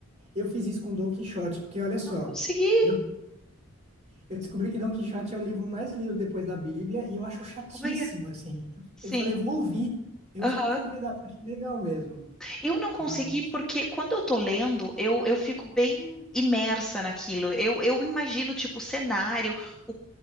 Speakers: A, on the right; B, in the centre.
A: Eu fiz isso com Dom Quixote, porque olha só,
B: Não consegui.
A: eu, eu descobri que Dom Quixote é o livro mais lido depois da Bíblia e eu acho chatíssimo,
B: Olha,
A: assim.
B: sim.
A: Eu falei, eu vou ouvir. Eu
B: Aham.
A: escutei um pedaço, achei legal mesmo.
B: Eu não consegui
A: Mas,
B: porque quando eu tô lendo, eu, eu fico bem imersa naquilo. Eu, eu imagino, tipo, o cenário, o,